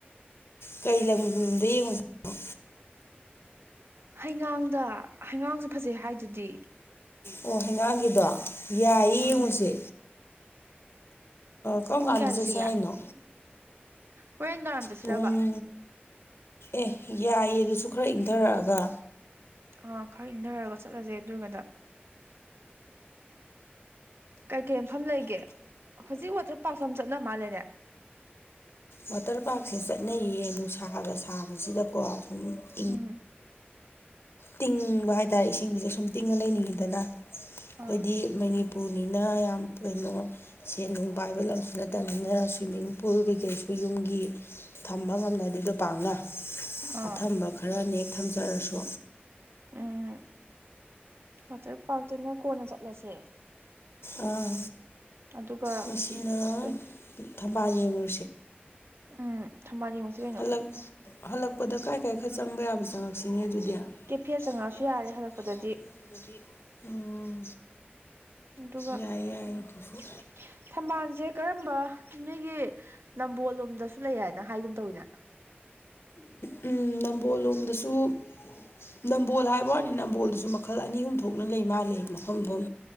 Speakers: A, on the left (about 90°); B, on the right (about 75°).
A: ꯀꯩ ꯂꯝꯗ ꯌꯦꯡꯉꯨꯁꯦ ꯍꯥꯢ
B: ꯍꯩꯉꯥꯡꯗ ꯍꯩꯉꯥꯡꯁꯨ ꯐꯖꯩ ꯍꯥꯏꯗꯨꯗꯤ
A: ꯑꯣ ꯍꯩꯉꯥꯡꯒꯤꯗꯣ ꯌꯥꯏꯌꯦ
B: ꯎꯝ
A: ꯌꯦꯡꯉꯨꯁꯦ ꯀꯝ
B: ꯄꯨꯡ
A: ꯀꯥꯟꯗ
B: ꯀꯌꯥ ꯆꯠꯁꯤꯒꯦ
A: ꯆꯠꯁꯦ ꯍꯥꯏꯅꯣ
B: ꯍꯣꯔꯦꯟ ꯅꯨꯡꯗꯥꯡ ꯆꯠꯁꯤꯔꯕ
A: ꯄꯨꯡ ꯀꯌꯥꯩꯆꯠꯁꯤꯒꯦ ꯄꯨꯡ ꯑꯦ ꯌꯥꯏꯌꯦ ꯑꯗꯨꯁꯨ ꯈꯔ ꯏꯪꯊꯔꯛꯑꯒ
B: ꯑꯥ ꯈꯔ ꯏꯪꯊꯔꯒ ꯆꯠꯂꯁꯦ ꯑꯗꯨꯒꯗ ꯀꯩꯀꯩ ꯃꯐꯝ ꯂꯩꯒꯦ ꯍꯧꯖꯤꯛ ꯋꯥꯇꯔ ꯄꯥꯔꯛꯁꯨ ꯌꯥꯝ ꯆꯠꯅ ꯃꯥꯜꯂꯦꯅꯦ
A: ꯋꯥꯇꯔ ꯄꯥꯔꯛꯁꯦ ꯆꯠꯅꯩꯌꯦ ꯅꯨꯡꯁꯥꯒ ꯁꯥꯕꯁꯤꯗꯀꯣ ꯁꯨꯝ ꯏꯪ
B: ꯎꯝ
A: ꯇꯤꯡꯕ ꯍꯥꯏꯇꯥꯔꯦ ꯏꯁꯤꯡꯁꯤꯗ ꯁꯨꯝ ꯇꯤꯡꯉ ꯂꯩꯅꯤꯡꯉꯤꯗꯅ ꯑꯩꯈꯣꯏꯗꯤ
B: ꯑꯥ
A: ꯃꯅꯤ ꯄꯨꯅꯤꯅ ꯌꯥꯝ ꯀꯩꯅꯣ ꯁꯦꯟ ꯅꯨꯡ ꯄꯥꯏꯕ ꯂꯝꯁꯨ ꯅꯠꯇꯕꯅꯤꯅ ꯁ꯭ꯋꯤꯃꯤꯡ ꯄꯨꯜ ꯀꯩꯀꯩꯁꯨ ꯌꯨꯝꯒꯤ ꯊꯝꯕ ꯉꯝꯅꯗꯦꯗꯣ ꯄꯥꯛꯅ
B: ꯑꯥ
A: ꯑꯊꯝꯕ ꯈꯔꯅꯦꯛ ꯊꯝꯖꯔꯁꯨ
B: ꯎꯝ ꯋꯥꯇꯔ ꯄꯥꯔꯛꯇꯨꯅ ꯀꯣꯟꯅ ꯆꯠꯂꯁꯦ
A: ꯑꯥ
B: ꯑꯗꯨꯒ
A: ꯉꯁꯤꯅ
B: ꯀꯩ
A: ꯊꯝꯕꯥꯜ ꯌꯦꯡꯉꯨ
B: ꯎꯝ ꯊꯝꯕꯥꯜ ꯌꯦꯡꯉꯨꯁꯤ ꯀꯩꯅꯣ
A: ꯍꯜꯂꯛ ꯍꯜꯂꯛꯄꯗ ꯀꯥꯏ ꯀꯥꯏ ꯈꯔ ꯆꯪꯕ ꯌꯥꯕ ꯆꯪꯉꯛ ꯁꯤꯅꯦ ꯑꯗꯨꯗꯤ
B: ꯀꯦꯐꯦ ꯆꯪꯉꯛꯑꯁꯨ
A: ꯀꯦꯐꯦ
B: ꯌꯥꯔꯦ
A: ꯆꯪꯉꯛꯑꯁꯨ
B: ꯍꯜꯂꯛꯄꯗꯗꯤ
A: ꯌꯥꯅꯤ ꯍꯜꯂꯛꯄꯗꯗꯤ ꯎꯝ
B: ꯑꯗꯨꯒ
A: ꯌꯥꯏ ꯌꯥꯏ ꯗꯨꯁꯨꯨ
B: <unintelligible> ꯊꯝꯕꯥꯜꯁꯦ ꯀꯔꯝꯕ ꯅꯣꯏꯒꯤ ꯅꯝꯕꯣꯜ ꯂꯣꯝꯗꯁꯨ ꯂꯩ ꯍꯥꯏꯅ ꯍꯥꯏꯒꯨꯝꯅ ꯇꯧꯋꯤꯅꯦ <inaudible>
A: ꯎꯝ ꯅꯝꯕꯣꯜꯂꯣꯝꯗꯁꯨ ꯅꯝꯕꯣꯜ ꯍꯥꯏꯕ ꯋꯥꯅꯤ ꯅꯝꯕꯣꯜꯗꯁꯨ ꯃꯈꯜ ꯑꯅꯤ ꯑꯍꯨꯝ ꯊꯣꯛꯅ ꯂꯩ ꯃꯥꯜꯂꯦ ꯃꯐꯝ ꯃꯐꯝ